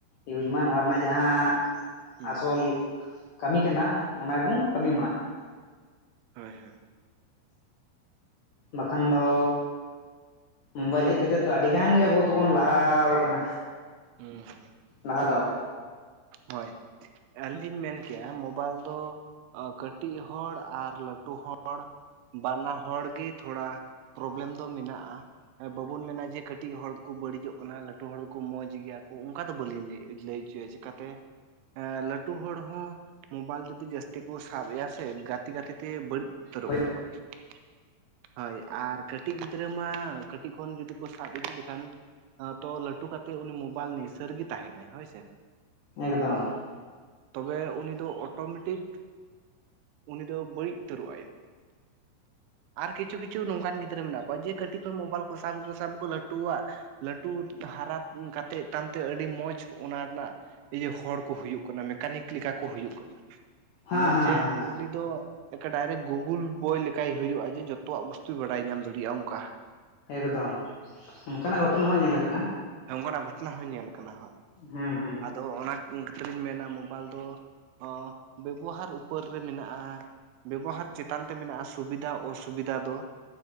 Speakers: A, on the left; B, on the right.
A: ᱤᱭᱩᱡᱽ ᱢᱟ ᱱᱚᱣᱟ ᱨᱮᱱᱟᱜ ᱡᱟᱦᱟᱸ
B: ᱦᱩᱸ
A: ᱟᱥᱚᱞ ᱠᱟᱹᱢᱤ ᱠᱟᱱᱟ ᱚᱱᱟ ᱜᱮᱵᱚᱱ ᱠᱟᱹᱢᱤ ᱢᱟ᱾
B: ᱦᱳᱭ ᱦᱳᱭ
A: ᱵᱟᱠᱷᱟᱱ ᱫᱚ ᱢᱳᱵᱟᱭᱤᱞ ᱦᱮᱡ ᱠᱟᱛᱮᱫ ᱫᱚ ᱟᱹᱰᱤ ᱜᱟᱱ ᱜᱮ ᱟᱵᱚ ᱫᱚᱵᱚᱱ ᱞᱟᱦᱟᱣ ᱠᱟᱱᱟ
B: ᱦᱩᱸ ᱦᱩᱸ
A: ᱞᱟᱦᱟ ᱫᱚ᱾
B: ᱦᱳᱭ ᱟᱹᱞᱤᱧ ᱞᱤᱧ ᱢᱮᱱ ᱠᱮᱜ-ᱟ, ᱢᱚᱵᱟᱭᱤᱞ ᱫᱚ ᱚ ᱠᱟᱹᱴᱤᱜ ᱦᱚᱲ ᱟᱨ ᱞᱟᱹᱴᱩ ᱦᱚᱲ ᱵᱟᱱᱟ ᱦᱚᱲᱜᱤ ᱛᱷᱚᱲᱟ ᱯᱨᱚᱵᱞᱮᱢ ᱫᱚ ᱢᱮᱱᱟᱜ-ᱟ᱾ᱵᱟᱵᱩᱱ ᱢᱮᱱᱟ ᱡᱮ ᱠᱟᱹᱴᱤᱡ ᱦᱚᱲ ᱠᱩ ᱵᱟᱹᱲᱤᱡᱚᱜ ᱠᱟᱱᱟ ᱞᱟᱹᱴᱩ ᱦᱚᱲ ᱫᱚᱠᱚ ᱢᱚᱸᱡᱽ ᱜᱮᱭᱟ ᱠᱩ ᱚᱝᱠᱟ ᱫᱚ ᱵᱟᱹᱞᱤᱧ ᱞᱟᱹᱭ ᱞᱟᱹᱭ ᱪᱚᱭᱟ᱾ ᱪᱮᱠᱟᱛᱮ ᱞᱟᱹᱴᱩ ᱦᱚᱲ ᱦᱚᱸ ᱢᱳᱵᱟᱭᱤᱞ ᱡᱩᱫᱤ ᱡᱟᱹᱥᱛᱤ ᱠᱩ ᱥᱟᱵ ᱮᱜ-ᱟ, ᱥᱮ ᱜᱟᱛᱮ ᱜᱟᱛᱮ ᱛᱮ ᱵᱟᱹᱲᱤᱡ ᱩᱛᱟᱹᱨᱚᱜ
A: ᱦᱮᱸ
B: ᱠᱟᱱᱟ ᱠᱚ᱾ᱦᱳᱭ ᱟᱨ ᱠᱟᱹᱴᱤᱜ ᱜᱤᱫᱽᱨᱟᱹ ᱢᱟ ᱠᱟᱹᱴᱤᱜ ᱠᱷᱚᱱ ᱡᱩᱫᱤ ᱠᱚ ᱥᱟᱵ ᱤᱫᱤ ᱞᱮᱠᱷᱟᱱ ᱛᱚ ᱞᱟᱹᱴᱩ ᱠᱟᱛᱮᱜ ᱩᱱᱤ ᱢᱳᱵᱟᱭᱤᱞ ᱱᱤᱥᱟᱹᱨᱤᱜᱤ ᱛᱟᱦᱮᱸᱱᱟᱭ ᱦᱳᱭᱥᱮ᱾
A: ᱮᱠᱫᱚᱢ
B: ᱛᱚᱵᱮ ᱩᱱᱤ ᱫᱚ ᱚᱴᱳᱢᱮᱴᱤᱠ ᱩᱱᱤ ᱫᱚ ᱵᱟᱹᱲᱤᱡ ᱩᱛᱟᱹᱨᱚᱜ ᱟᱭ᱾ ᱟᱨ ᱠᱤᱪᱷᱩ ᱠᱤᱪᱷᱩ ᱱᱚᱝᱠᱟᱱ ᱜᱤᱫᱽᱨᱟᱹ ᱢᱮᱱᱟᱜ ᱠᱚᱣᱟ ᱡᱮ ᱠᱟᱹᱴᱤᱡ ᱠᱷᱚᱱ ᱢᱳᱵᱟᱭᱤᱞ ᱠᱚ ᱥᱟᱵᱟᱠᱩ ᱥᱟᱵᱟᱠᱩ ᱞᱟᱹᱴᱩᱣᱟᱜ ᱞᱟᱹᱴᱩ ᱦᱟᱨᱟ ᱠᱟᱛᱮᱫ ᱛᱟᱢᱛᱮ ᱟᱹᱰᱤ ᱢᱚᱸᱡᱽ ᱚᱱᱟ ᱨᱮᱱᱟᱜ ᱤᱭᱟᱹ ᱦᱚᱲ ᱠᱚ ᱦᱩᱭᱩᱜ ᱠᱟᱱᱟ ᱢᱮᱠᱟᱱᱤᱠ ᱞᱮᱠᱟ ᱠᱚ ᱦᱩᱭᱩᱜ ᱠᱟᱱᱟ
A: ᱦᱮᱸ
B: ᱢᱟ
A: ᱦᱮᱸ
B: ᱡᱮ
A: ᱦᱮᱸ
B: ᱩᱱᱤ ᱫᱚ ᱰᱟᱭᱨᱮᱠᱴ ᱜᱩᱜᱩᱞ ᱵᱚᱭ ᱞᱮᱠᱟᱭ ᱦᱩᱭᱩᱜ-ᱟ ᱡᱮ ᱡᱚᱛᱚᱣᱟᱜ ᱵᱩᱥᱛᱩᱭ ᱵᱟᱰᱟᱭ ᱧᱟᱢ ᱫᱟᱲᱮᱭᱟᱜ-ᱟ ᱚᱝᱠᱟ᱾
A: ᱮᱠᱫᱚᱢ, ᱚᱱᱠᱟᱱᱟᱜ ᱜᱷᱚᱴᱚᱱᱟ ᱦᱚᱸ ᱧᱮᱞ ᱟᱠᱟᱱᱟ᱾
B: ᱚᱝᱠᱟᱱᱟᱜ ᱜᱷᱚᱴᱚᱱᱟ ᱦᱚᱸ ᱧᱮᱞ ᱠᱟᱱᱟ, ᱦᱳᱭ᱾
A: ᱦᱮᱸ ᱦᱮᱸ
B: ᱟᱫᱚ ᱚᱱᱟ ᱠᱷᱟᱹᱛᱤᱨᱤᱧ ᱢᱮᱱᱟ ᱢᱚᱵᱟᱭᱤᱞ ᱫᱚ ᱚ ᱵᱮᱵᱚᱦᱟᱨ ᱩᱯᱟᱹᱨ ᱨᱮ ᱢᱮᱱᱟᱜ--ᱟ ᱵᱮᱵᱚᱦᱟᱨ ᱪᱮᱛᱟᱱ ᱛᱮ ᱢᱮᱱᱟᱜ-ᱟ ᱥᱩᱵᱤᱫᱟ ᱚᱥᱩᱵᱤᱫᱟ ᱫᱚ᱾